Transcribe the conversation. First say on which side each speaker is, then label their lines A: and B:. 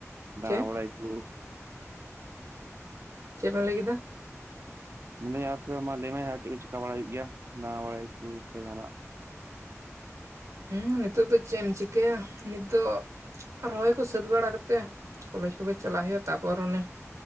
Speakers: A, on the right; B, on the right.
A: ᱫᱟᱬᱟ
B: ᱪᱮᱫ
A: ᱵᱟᱲᱟᱭ ᱠᱩ᱾
B: ᱪᱮᱜ ᱵᱮᱱ ᱞᱟᱹᱭ ᱠᱮᱫᱟ?
A: ᱢᱟᱱᱮ ᱟᱨ ᱛᱷᱚᱲᱟ ᱢᱟ ᱞᱟᱹᱭ ᱢᱮ ᱱᱤᱭᱟᱹᱟᱛᱩ ᱨᱮ ᱢᱟ ᱞᱟᱹᱭ ᱢᱮ ᱪᱮᱫ ᱠᱚ ᱪᱤᱠᱟ ᱵᱟᱲᱟᱭ ᱦᱩᱭᱩᱜ ᱜᱮᱭᱟ ᱫᱟᱬᱟ ᱵᱟᱲᱟᱭ ᱠᱚ ᱥᱮ ᱡᱟᱦᱟᱸᱱᱟᱜ?
B: ᱦᱩᱸᱢ ᱱᱤᱛᱚᱜ ᱫᱚ ᱪᱮᱫ ᱮᱢ ᱪᱤᱠᱟᱹᱭᱟ ᱱᱤᱛ ᱫᱚ᱾ ᱨᱚᱦᱚᱭ ᱠᱚ ᱥᱟᱹᱛ ᱵᱟᱲᱟ ᱠᱟᱛᱮ ᱠᱚᱞᱮᱡᱽ ᱠᱚᱜᱮ ᱪᱟᱞᱟᱜ ᱦᱩᱭᱩᱜᱼᱟ ᱛᱟᱯᱚᱨ ᱚᱱᱮ